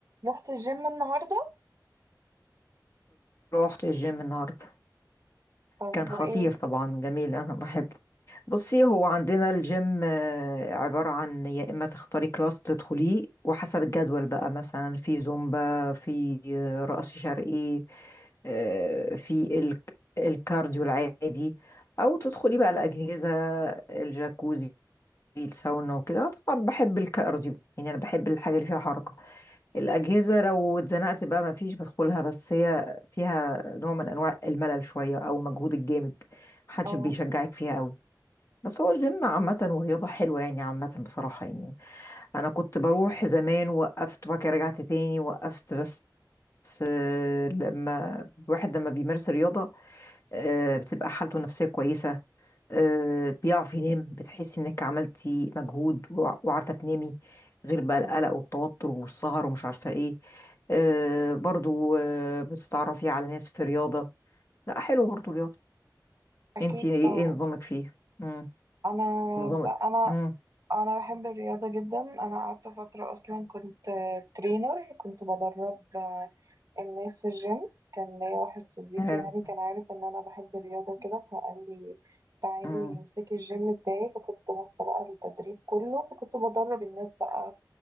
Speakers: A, on the right; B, on the left.
A: رحت الجيم النهاردة
B: رحت الجيم النهاردة
A: طب
B: كان خطير
A: وايه
B: طبعا جميل أنا بحبه بصي هو عندنا الجيم آه، عبارة عن يا إما تختاري كلاس تدخليه وحسب الجدول بقى مثلا في زومبا في آه، رقص شرقي آه، في ال- الكارديو العادي أو تدخلي بقى الأجهزة الجاكوزي الساونا وكده طبعا بحب الكارديو يعني أنا بحب الحاجة اللي فيها حركة الأجهزة لو اتزنقت بقى مفيش بدخلها بس هي فيها نوع من أنواع الملل شوية أو مجهود الجامد محدش
A: اه
B: بيشجعك فيها قوي بس هو الجيم عامة ورياضة حلوة يعني عامة بصراحة يعني أنا كنت بروح زمان وقفت وبعد كده رجعت تاني وقفت بس بس، آه، لما الواحد لما بيمارس رياضة آه، بتبقى حالته النفسية كويسة آه، بيعرف ينام بتحس انك عملتي مجهود وع- وعارفة تنامي غير بقى القلق
A: يعني
B: والتوتر والسهر ومش عارفة ايه آه، برضو آه، بتتعرفي على ناس في رياضة لا حلو برضو رياضة
A: اكيد
B: انتي ايه
A: طبعا
B: إيه نظامك فيه مم.
A: انا
B: نظامك
A: ب... انا
B: مم.
A: انا بحب الرياضة جدا انا قعدت فترة اصلا كنت ترينر كنت بدرب آه، الناس في الجيم كان ليا واحد صديقي
B: حلو
A: يعني كان عارف ان انا بحب الرياضة وكده فقال لي تعالي
B: مم.
A: امسكي الجيم بتاعي فكنت ماسكة بقى التدريب كله فكنت بدرب الناس بقى